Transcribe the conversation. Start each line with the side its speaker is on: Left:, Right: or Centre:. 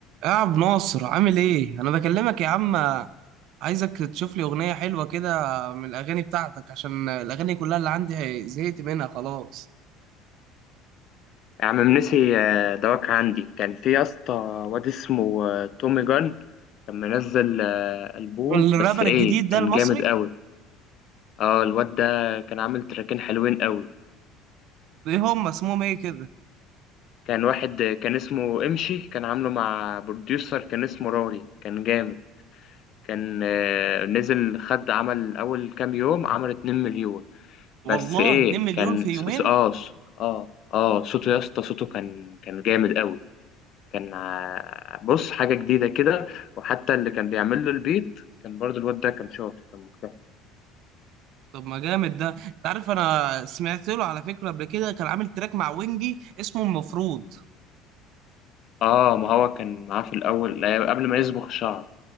Right: يا عبد ناصر عامل ايه؟ انا بكلمك يا عم عايزك تشوف لي اغنية حلوة كده من الاغاني بتاعتك عشان الاغاني كلها اللي عندي زهقت منها خلاص.
Left: يا عم منسي آه، دواك عندي كان في يا اسطى واد اسمه آه، تومي جان كان منزل آه، ألبوم
Right: الرابر
Left: بس ايه
Right: الجديد ده
Left: كان
Right: المصري
Left: جامد قوي اه الواد ده كان عامل تراكين حلوين قوي
Right: ايه هم اسمهم ايه كده؟
Left: كان واحد آه، كان اسمه امشي كان عامله مع بروديوسر كان اسمه راري كان جامد كان آه، نزل خد عمل اول كام يوم عمل 2 مليون بس
Right: والله
Left: ايه
Right: 2
Left: كان
Right: مليون في يومين؟
Left: س- س- اه اه اه صوته يا اسطى صوته كان كان جامد قوي كان ع- بص حاجة جديدة كده وحتى اللي كان بيعمل له البيت كان برضو الواد ده كان شاطر كان مجتهد
Right: طب ما جامد ده، انت عارف انا سمعت له على فكرة قبل كده كان عامل تراك مع وينجي اسمه المفروض.
Left: اه ما هو كان معاه في الأول قبل ما يصبغ شعر